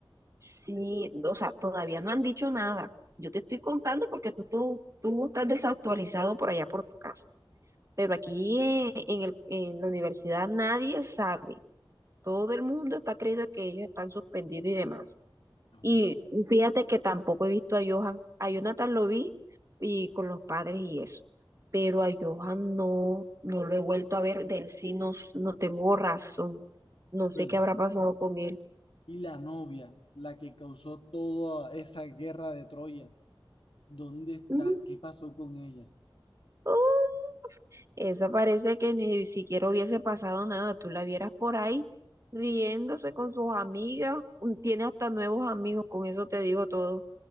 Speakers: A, on the right; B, on the left.
A: Sí, o sea, todavía no han dicho nada. Yo te estoy contando porque tú, tú, tú estás desactualizado por allá por tu casa. Pero aquí eh, en el, en la universidad nadie sabe. Todo el mundo está creyendo que ellos están suspendidos y demás.
B: No,
A: Y fíjate que tampoco he visto a Johan. A Jonathan lo vi y con los padres y eso. Pero a Johan no, no lo he vuelto a ver. Del sí no, s- no tengo razón. No sé
B: Bueno,
A: qué habrá pasado con él.
B: y la novia, la que causó toda esa guerra de Troya, ¿dónde está?
A: Mm,
B: ¿Qué pasó con ella?
A: oh, esa parece que ni siquiera hubiese pasado nada. Tú la vieras por ahí riéndose con sus amigas. un- Tiene hasta nuevos amigos. Con eso te digo todo.